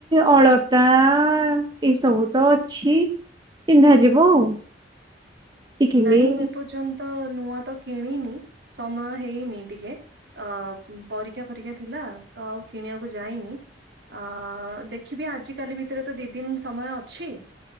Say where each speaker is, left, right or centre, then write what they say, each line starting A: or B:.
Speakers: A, on the right (about 25°); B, on the right (about 65°).
A: ଅଳତା ଆ ତା ଏଇସବୁ ତ ଅଛି ଚିହ୍ନା ଯିବ ଆଉ ଟିକିଲି
B: ନାଇଁ ମୁଁ ଏପର୍ଯ୍ୟନ୍ତ ତ ନୂଆ ତ କିଣିନି ସମୟ ହେଇନି ଟିକେ ଅ ପରୀକ୍ଷା ପରୀକ୍ଷା ଥିଲା ତ ଆଉ କିଣିବାକୁ ଯାଇନି ଅ ଦେଖିବି ଆଜିକାଲି ଭିତରେ ତ ଦି ଦିନ ସମୟ ଅଛି